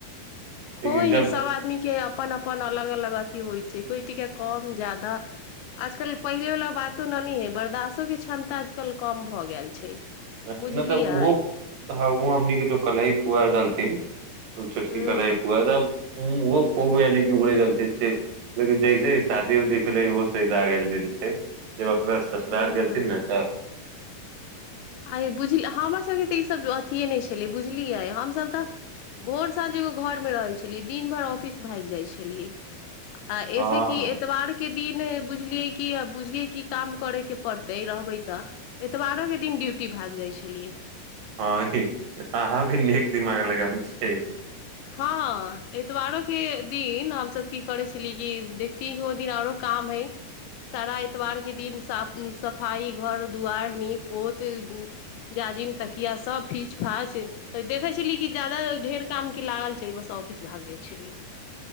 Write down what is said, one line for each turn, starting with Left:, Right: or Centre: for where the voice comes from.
Right: लेकिन
Left: होइ
Right: जब
Left: है सब आदमी के अपन अपन अलग अलग अथिी होइ छै कोई कम जदाा आजकल पहिले वालला बातो न न हय बर्दासो के क्षमता आजकल कम भ गेल छै
Right: नहि
Left: बुझलियै
Right: तऽ ओहो <unintelligible> जो कलहिित हुआ जालथिन ओ छोटकी
Left: हुँ
Right: कला एक पुआ त ओहो खूब यानि उड़ै जलथिन छै लेकिन जैसे शादी उदी भेलै ओहो सदा गेलथिन छै ज अपना ससुरार
Left: हुँ
Right: गेलथिन ने तऽ
Left: आइ बुझ हमरसभके तऽ ईसभ अथिए नहि छलै बुझलियै हमसभ तऽ भोर साँझ एगो घरमे रहै छलियै दिन भरि ऑफिस भागि जाइत छलियै आ
Right: हँ
Left: ऐसे कि एतवार के दिन बुझलियै की बुझिये की काम करे के पड़ते रहबे तऽ एतबारो के दिन ड्यूटी भाग जाइ छलियै
Right: हँ अहाँ भी ने एक दिमाग लगाबै छियै
Left: हँ एतबारो के दिन हमसभ की करै छली कि देखतीियै कि ओ दिन आरो काम हइ सारा एतवार के दिन साफ सफाई घर दुआार नीप पोत जाजिम तकिया सब फीच फाच तऽ देखै छली कि जादा ढेर काम की लागल छै बस ऑफिस भाग जाइ छलियै